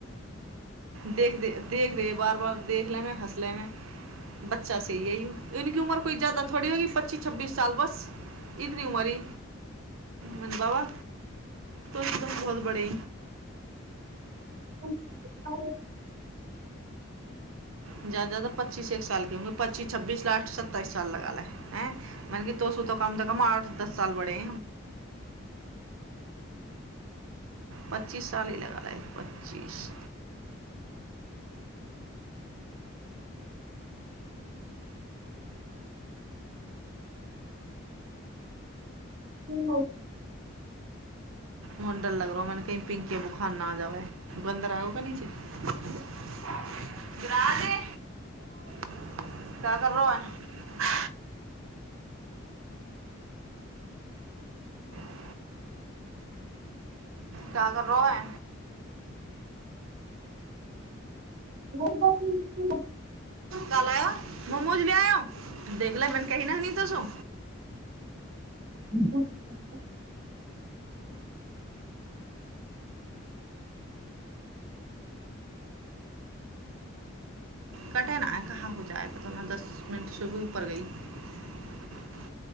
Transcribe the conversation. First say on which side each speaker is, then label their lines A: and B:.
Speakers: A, on the right; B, on the right.
A: देख देख देख रहे बार बार देख लेमे हँस लेहे बच्चा सी यी इन क उमर कोई जादा थोड़ी होगी पच्चीस छब्बीस साल बस ई तनी उमारी मनता वा तोस त बहुत बड़े
B: <unintelligible>
A: जादा से जादा पच्चीस एक साल क पच्चीस छब्बीस लास्ट सत्तइस साल लगा ला हैं मने कि तो तू त कम त कम आठ दस साल बढ़े पच्चीस साल ही लगा लै पच्चीस
B: हू
A: मोडर लग रहो म कही पिंकि बुखाना आ जावै गन्दर आगो कनी च ग्राह दे क्य करलो अ <inaudible> क्य कर रहो होए
B: ब ब
A: कल आयो मोमोज लिआयो देख ले मन कहहि ने हनी तसो
B: <inaudible> <unintelligible>
A: कटे नय कहाँ हो जाए पता न दस मिनट सुबह ऊपर गई